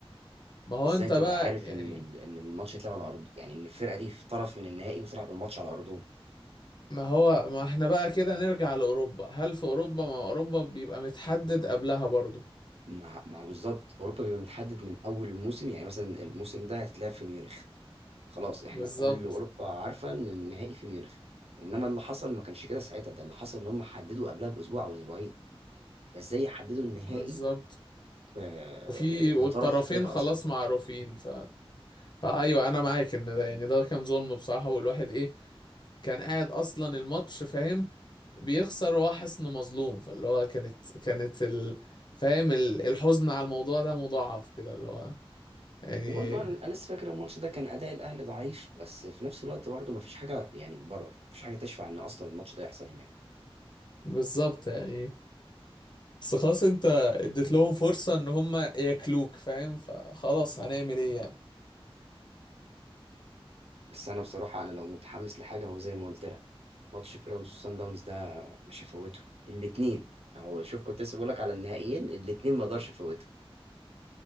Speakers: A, on the left; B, on the right.
A: ما هو
B: ازاي
A: انت
B: تبقى
A: بقى
B: عارف
A: يعني
B: ان ال- ان الماتش يتلعب على ارض يعني ان الفرقه دي في طرف من النهائي وتلعب الماتش على ارضهم
A: ما هو ما احنا بقى كده نرجع لأوروبا هل في أوروبا ما أوروبا بيبقى متحدد قبلها برضو
B: ما ما هو بالضبط، أوروبا بيبقى متحدد من أول الموسم، يعني مثلًا الموسم ده هيتلعب في ميونخ، خلاص إحنا
A: بالظبط
B: كل أوروبا عارفة إن النهائي في ميونخ، إنما اللي حصل ما كانش كده ساعتها، ده اللي حصل إن هُم حددوا قبلها بأسبوع أو أسبوعين، فإزاي يحددوا النهائي
A: بالظبط
B: ف ل
A: وفي والطرفين
B: لطرف في فرقة
A: خلاص
B: أصلًا،
A: معروفين ف... فأيوه أنا معاك إن ده يعني ده كان ظلم بصراحة والواحد إيه كان قاعد أصلا الماتش فاهم بيخسر وهو حاسس إنه مظلوم فاللي هو كانت كانت ال... فاهم ال- الحزن على الموضوع ده مضاعف كده اللي هو يعني
B: وبرضه أنا أنا لسه فاكر الماتش ده كان أداء الأهلي ضعيف، بس في نفس الوقت برضه ما فيش حاجة يعني تبرر، ما فيش حاجة تشفع إن أصلًا الماتش ده يحصل هناك،
A: بالظبط يعني بس خلاص انت اديت لهم فرصة ان هم ياكلوك فاهم فخلاص هنعمل ايه يعني
B: بس أنا بصراحة أنا لو متحمس لحاجة هو زي ما قُلت لك. ماتش بيراميدز وصن داونز ده مش هفوته الاثنين اهو شوف كنت لسه بقول لك على النهائيين الاثنين ما اقدرش افوته